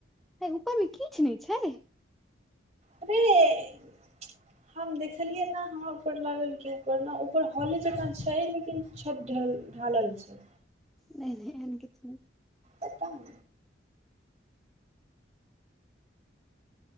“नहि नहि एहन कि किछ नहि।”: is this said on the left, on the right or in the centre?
Centre